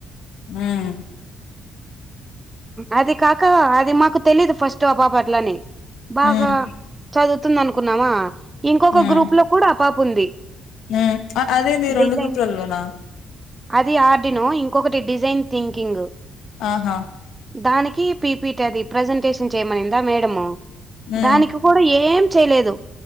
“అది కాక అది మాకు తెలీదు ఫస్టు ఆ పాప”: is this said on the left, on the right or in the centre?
Right